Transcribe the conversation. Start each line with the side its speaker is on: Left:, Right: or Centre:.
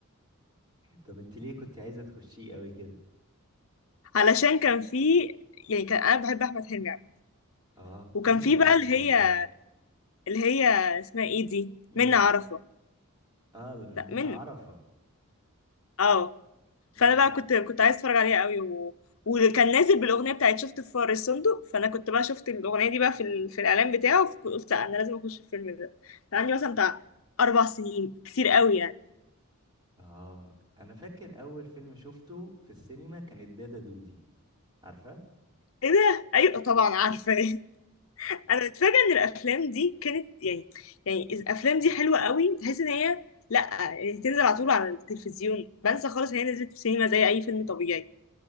Right: طب انت ليه كنت عايزة تخشيه قوي كده
Left: علشان كان في يعني كان انا بحب احمد حلمي عامه
Right: اه
Left: وكان
Right: مين
Left: في
Right: ما بيحبش
Left: بقى اللي
Right: أحمد
Left: هي
Right: حلمي
Left: اللي هي اسمها ايه دي
Right: نور
Left: منى عرفه
Right: اه من
Left: لا منى
Right: عرفة
Left: اه فانا
Right: مم.
Left: بقى كنت كنت عايز اتفرج عليها قوي و... وكان نازل بالاغنيه بتاعت شفت في فار الصندوق فانا كنت بقى شفت الاغنيه دي بقى في ال... في الاعلان بتاعه فقلت لا، انا لازم اخش الفيلم ده كان عندي مثلا بتاع اربع سنين كتير قوي يعني
Right: اه انا فاكر اول فيلم شفته في السينما كان الدادا دودي عارفة
Left: ايه ده ايوه طبعا عارفه <laughs> انا متفاجئه ان الافلام دي كانت يعني يعني الافلام دي حلوه قوي تحس ان هي لا يعني تنزل على طول على التلفزيون بنسى خالص ان هي نزلت في السينما زي اي فيلم طبيعي